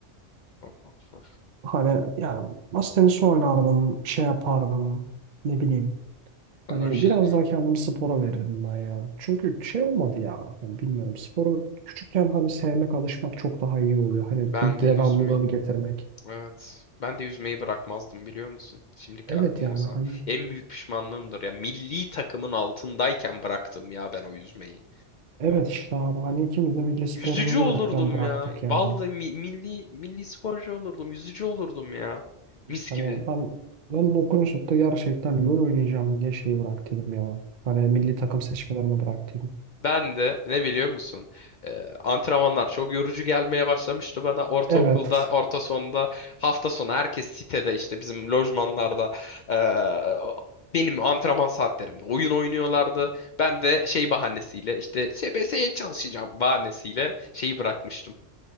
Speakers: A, on the left (about 60°); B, on the right (about 50°).
A: Of, of, of.
B: Hani yani masa tenisi oynardım, şey yapardım, ne bileyim.
A: Sana
B: Hani
A: bir şey
B: biraz
A: diyeyim.
B: daha
A: mi?
B: kendimi spora verirdim ben ya. Çünkü şey olmadı ya. Hani bilmiyorum sporu küçükken hani sevmek, alışmak çok daha iyi oluyor. Hani
A: Ben
B: bu devamlılığını
A: de yüzmeyi.
B: getirmek.
A: Evet. Ben de yüzmeyi bırakmazdım biliyor musun? Şimdiki
B: Evet
A: aklım
B: yani
A: olsa.
B: hani
A: En büyük pişmanlığımdır ya. Milli takımın altındayken bıraktım ya ben o yüzmeyi.
B: Evet işte abi hani ikimiz de milli spor
A: Yüzücü
B: yolu
A: olurdum
B: yokken bıraktık
A: ya.
B: yani.
A: Vallahi mi- milli milli sporcu olurdum. Yüzücü olurdum ya. Mis
B: Hani
A: gibi.
B: ben ben okumuşup da gerçekten LoL oynayacağım diye şeyi bıraktıydım ya. Hani milli takım seçmelerini bıraktıydım.
A: Ben de ne biliyor musun? Ee, antrenmanlar çok yorucu gelmeye başlamıştı bana ortaokulda,
B: Evet.
A: orta sonda. Hafta sonu herkes sitede işte bizim lojmanlarda ee, benim antrenman saatlerimde oyun oynuyorlardı. Ben de şey bahanesiyle işte SBS'ye çalışacağım bahanesiyle şeyi bırakmıştım.